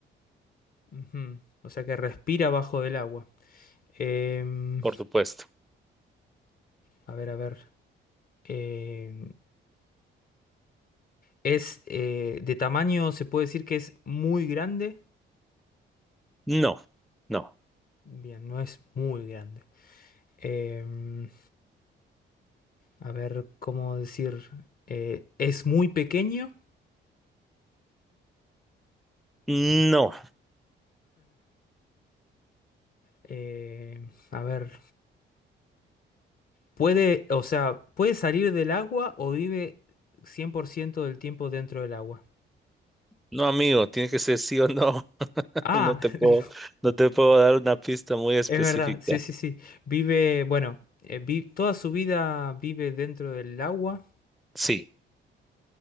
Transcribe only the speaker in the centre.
por supuesto.
No, no,
no.
No, amigo, tiene que ser sí o no. <laughs>
No te puedo,
no te puedo dar una pista muy específica.
Sí,